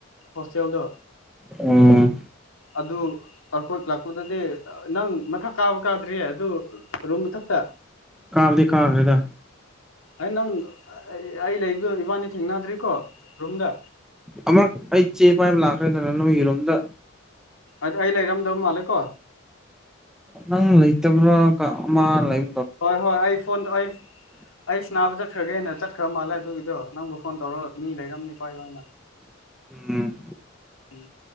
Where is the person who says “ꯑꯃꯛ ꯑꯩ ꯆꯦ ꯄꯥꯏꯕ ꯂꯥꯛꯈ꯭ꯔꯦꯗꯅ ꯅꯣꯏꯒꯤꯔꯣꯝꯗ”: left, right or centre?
Centre